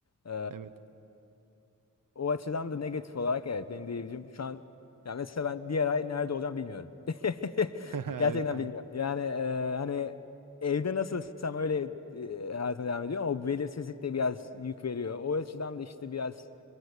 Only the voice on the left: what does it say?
Ee,
o açıdan da negatif olarak evet benim diyebileceğim şu an ya mesela ben diğer ay nerede olacağım bilmiyorum. <laughs>
Gerçekten
bilmiyorum. Yani e, hani evde nasılsam öyle e, hayatıma devam ediyor ama o belirsizlik de biraz yük veriyor. O açıdan da işte biraz